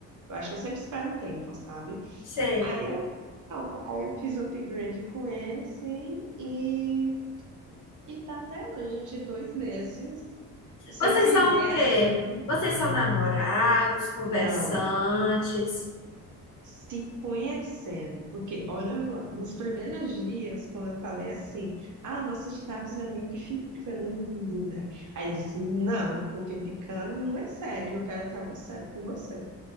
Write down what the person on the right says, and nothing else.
Eu acho que eu sempre espero um tempo, sabe?
Aí eu, pronto, aí eu fiz o upgrade com esse e, e tá até hoje, a gente, dois meses, sem
se
ver
assim.
Não. se conhecendo, porque olha lá, nos primeiros dias, quando eu falei assim, ah, nosso status é meio que ficando, né? Aí ele disse, não, porque ficando não é sério, eu quero estar no sério com você.